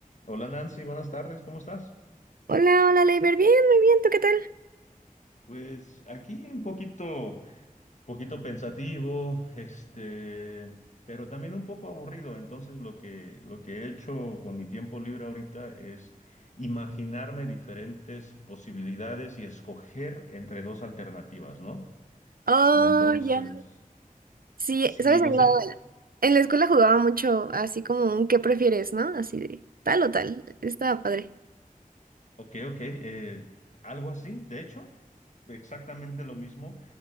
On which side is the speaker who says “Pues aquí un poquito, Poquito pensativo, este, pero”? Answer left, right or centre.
Left